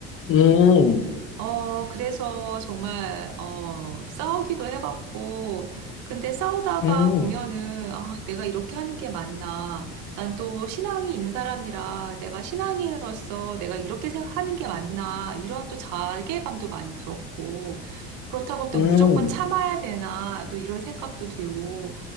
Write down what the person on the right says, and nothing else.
어, 그래서 정말, 어, 싸우기도 해봤고, 근데 싸우다가
보면은, 아, 내가 이렇게 하는 게 맞나. 난 또 신앙이 있는 사람이라 내가 신앙인으로서 내가 이렇게 생각하는 게 맞나. 이런 또 자괴감도 많이 들었고, 그렇다고 또
무조건 참아야 되나. 또 이런 생각도 들고,